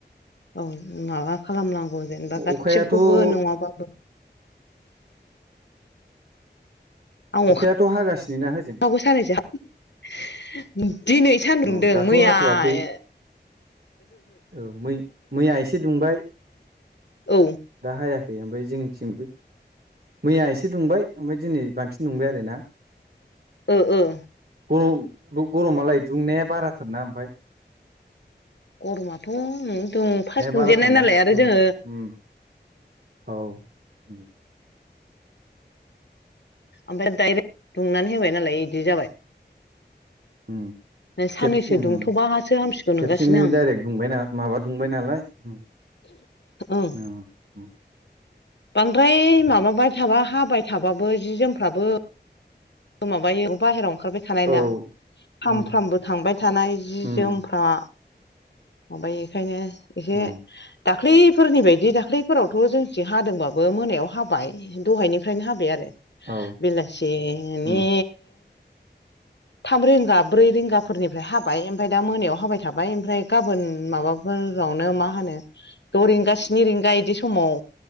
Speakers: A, on the left; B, on the right.
A: औ माबा खालामनां गौ जेनेबा गासिखौबो
B: अखायाथ' उम
A: नङाबो <unintelligible> आं
B: अखायाथ'
A: अखा
B: हागासिनो ना होजों
A: खो साननैसो दिनै सान दोंदों
B: औ दाथ'
A: मैयाय
B: हाथ'वाखै औ मै-मैया एसे दुंबाय
A: औ
B: दा हायाखै ओमफ्राय जोंनिथिंबो मैया एसे दुंबाय ओमफ्राय दिनै बांसिन दुंबाय आरो ना
A: औ ओ
B: गरम ल' गरमालाय दुंनाया बाराथारना ओमफाय
A: गरमाथ' उम दुं फार्स्ट दुंजेननाय
B: बाराथारना
A: नालाय
B: दुरुम
A: आरो जोङो
B: उम औ उम
A: ओमफ्राय डायरेक्ट दुंनानै होबाय नालाय इदि जाबाय
B: उम
A: साननैसो
B: खेबसे उम
A: दुंथ'बासो हामसिगौ
B: खेबसेनो
A: नंगासिनो आं
B: डाइरेक्ट दुंबायना माबा दुंबाय नालाय उम
A: ओं
B: उम
A: बांद्राय माबाबाय थाबा हाबाय थाबाबो जि जोमफ्राबो माबायो बाहेरायाव ओंखारबाय थानाय
B: औ
A: ना सामफ्रामबो
B: उम
A: थांबाय थानाय जि
B: उम
A: जोमफ्रा ओमफ्राय एखायनो एसे
B: औ
A: दा ख्लैफोरनि बायदि दाख्लैफोरावथ' जोंथिं हादोंबाबो मोनायाव हाबाय दहायनिफ्रायनो हाबाय आरो
B: औ
A: बेलासेनि
B: उम
A: थाम रिंगा ब्रै रिंगाफोरनिफ्राय हाबाय ओमफाय दा मोनायाव हाबाय थाबाय ओमफ्राय गाबोन माबाफोरावनो मा होनो द' रिंगा स्नि रिंगा इदि समाव